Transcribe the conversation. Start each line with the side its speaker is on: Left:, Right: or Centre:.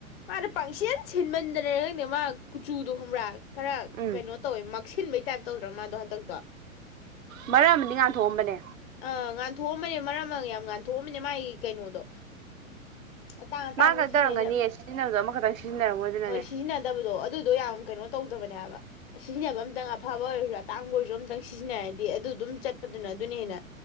Left: ꯃꯥꯅ ꯄꯪꯁꯤꯟ ꯁꯤꯟꯃꯟꯗꯅꯔ ꯈꯪꯗꯦ ꯃꯥ ꯀꯨꯆꯨꯗꯣ ꯈꯪꯕ꯭ꯔꯥ ꯈꯔ
Right: ꯎꯝ
Left: ꯀꯩꯅꯣ ꯇꯧꯋꯦ ꯃꯛꯁꯤꯟꯕꯩ ꯇꯥꯏꯞ ꯇꯧꯗ꯭ꯔꯥ ꯃꯥꯗꯣ ꯍꯟꯗꯛꯇꯣ
Right: ꯃꯔꯛ ꯑꯃꯗꯤ ꯉꯥꯟ ꯊꯣꯛꯑꯝꯕꯅꯦ
Left: ꯑꯑ ꯉꯥꯟꯊꯣꯛꯑꯝꯕꯅꯦ ꯃꯔꯛ ꯑꯃ ꯌꯥꯝ ꯉꯥꯟꯊꯣꯛꯑꯝꯕꯅꯦ ꯃꯥꯒꯤ ꯀꯩꯅꯣꯗꯣ ꯑꯇꯥꯡ ꯑꯇꯥꯡꯕ
Right: ꯃꯥ ꯈꯛ
Left: ꯁꯤꯖꯤꯟꯅꯩꯅ
Right: ꯇꯧꯔꯝꯒꯅꯤꯌꯦ ꯁꯤꯖꯤꯟꯅꯕꯗꯣ ꯑꯃꯈꯛꯇꯪ ꯁꯤꯖꯤꯟꯅꯔꯝꯃꯣꯏ ꯑꯗꯨꯅꯅꯦ
Left: ꯍꯣꯏ ꯁꯤꯖꯤꯟꯅꯗꯕꯗꯣ ꯑꯗꯨꯗꯣ ꯌꯥꯝ ꯀꯩꯅꯣ ꯇꯧꯗꯕꯅꯦ ꯍꯥꯏꯕ ꯁꯤꯖꯤꯟꯅꯕ ꯑꯝꯇꯪ ꯑꯐꯕ ꯑꯣꯏꯔꯁꯨ ꯑꯇꯥꯡꯕ ꯑꯣꯏꯔꯁꯨ ꯑꯝꯇꯪ ꯁꯤꯖꯤꯟꯅꯔꯗꯤ ꯑꯗꯨ ꯑꯗꯨꯝ ꯆꯠꯄꯗꯨꯅ ꯑꯗꯨꯅ ꯍꯦꯟꯅ